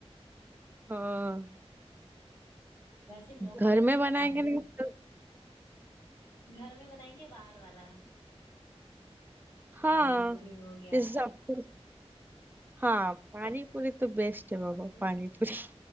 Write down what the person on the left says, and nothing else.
वैसे लॉकडाउन
में तो
अभी
घर में बनाएंगे बाहर वाला
पानी पूरी हो गया
<laughs>
हम्म,